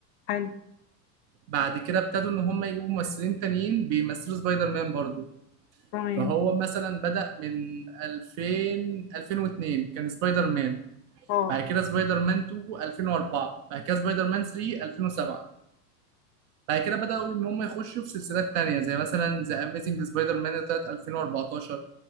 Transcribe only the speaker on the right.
بعد كده ابتدوا ان هم يجيبوا ممثلين تانيين بيمثلوا سبايدر مان برضو
فهو مثلا بدأ من 2000 2002 كان سبايدر مان
بعد كده سبايدر مان 2 2004 بعد كده سبايدر مان 3 2007 بعد كده بدأوا إن هم يخشوا في سلسلات تانية زي مثلا ذا أميزنج سبايدر مان اللي طلعت 2014